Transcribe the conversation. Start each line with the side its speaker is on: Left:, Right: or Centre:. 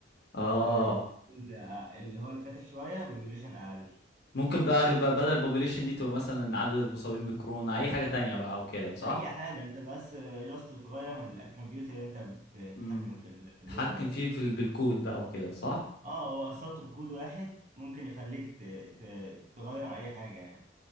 Left: اه
Right: واللي هو الفاتح شوية بيبيوليشن اقل
Left: ممكن بقى أغ- بقى بدل البوبوليشن دي تبقى مثلا عدد المصابين بكورونا اي حاجة تانية بقى او كده صح؟
Right: اي حاجة انت بس جاست بتغير الاتريبيوت اللي انت بتتحكم
Left: امم
Right: في ال- في اللون
Left: تحكم
Right: بس
Left: فيه في ال- بالكود بقى وكده صح؟
Right: اه هو سطر كود واحد ممكن يخليك ت- ت- تغير اي حاجة يعني